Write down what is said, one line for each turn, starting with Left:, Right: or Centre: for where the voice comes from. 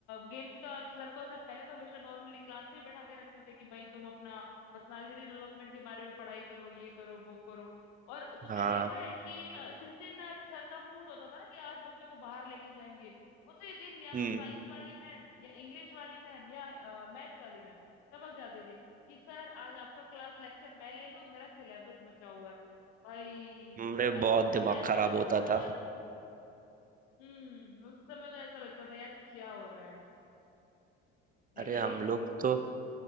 Left: गेम्स का सर को सब पहले तो हमेशा नॉर्मली क्लास में ही बैठा के रखते थे कि भाई तुम अपना पर्सनालिटी डेवलपमेंट के बारे में पढ़ाई करो ये करो वो करो और तुमने
Right: हाँ
Left: देखा है कि अ, जिस दिन अ, सर का मूड होता था ना कि आज बच्चों को बाहर लेके जाएंगे उसी दिन या
Right: हम्म
Left: तो साइंस वाली मैम या इंग्लिश वाली मैम या मैथ्स वाली मैम सबक जाती थी कि सर आज आपका क्लास लेक्चर मैं ले लूं मेरा सिलेबस बचा हुआ है भाई
Right: हमरे
Left: अ,
Right: बहुत
Left: उस समय
Right: दिमाग
Left: ऐसा
Right: खराब
Left: लगता
Right: होता
Left: था
Right: था
Left: हम्म उस समय तो ऐसा लगता था यार क्या हो रहा है
Right: अरे
Left: है कि
Right: हम
Left: नहीं
Right: लोग तो